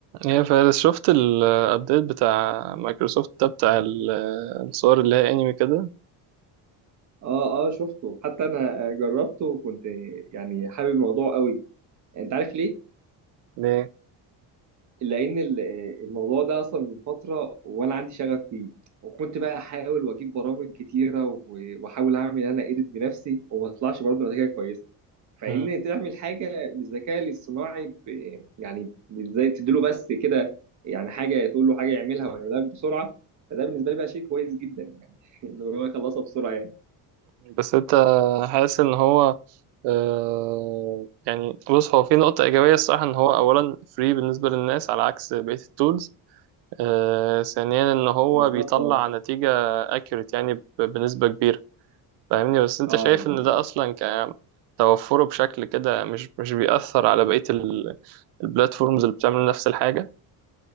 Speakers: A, on the right (about 80°); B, on the right (about 45°).
A: يا فارس شفت الابديت بتاع مايكروسوفت ده بتاع ال- الصور اللي هي انمي كده
B: اه اه شفته حتى انا آه، جربته وكنت يعني حابب الموضوع قوي انت عارف ليه
A: ليه
B: لان ال- آه، الموضوع ده اصلا من فتره وانا عندي شغف فيه وكنت بقى احاول واجيب برامج كتيره و- واحاول اعمل انا ايديت بنفسي وما تطلعش برضه نتيجه كويسه فان
A: مم.
B: تعمل حاجه بالذكاء الاصطناعي ب... يعني ازاي تديله بس كده يعني حاجه تقول له حاجه يعملها ويعملها لك بسرعه فده بالنسبه لي بقى شيء كويس جدا يعني <laughs> انه هو يخلصها بسرعه يعني
A: بس انت حاسس ان هو آه يعني بص هو في نقطة إيجابية الصراحة إن هو أولا فري بالنسبة للناس على عكس بقية التولز آه ثانيا إن هو
B: بالظبط
A: بيطلع
B: اه
A: نتيجة accurate يعني ب- بنسبة كبيرة فاهمني بس أنت
B: اه
A: شايف
B: بالظبط
A: إن ده أصلا ك- توفره بشكل كده مش مش بيأثر على بقية ال- البلاتفورمز اللي بتعمل نفس الحاجة